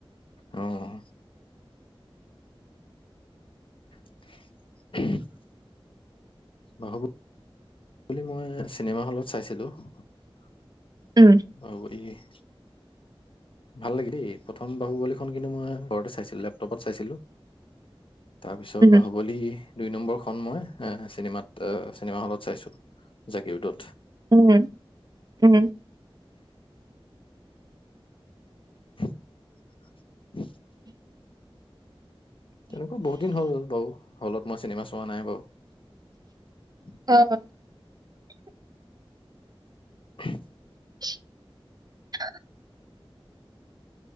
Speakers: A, on the left (about 65°); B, on the right (about 45°).
A: অ', <unintelligible> বাহুবলী মই চিনেমা হলত চাইছিলোঁ <unintelligible>
B: উম
A: ভাল লাগিল দেই প্ৰথম বাহুবলীখন কিন্তু মই ঘৰতে চাইছিলো লেপটপত চাইছিলো তাৰ পিছত
B: উম
A: বাহুবলী দুই নম্বৰ খন মই। হে চিনেমাত অ' চিনেমা হলত চাইছো জাগীৰোডত
B: উম -উম
A: <inaudible> তেনেকুৱা বহুত দিন হ'ল বাৰু হলত মই চিনেমা চোৱা নাই বাও
B: অ'
A: <inaudible>
B: <inaudible>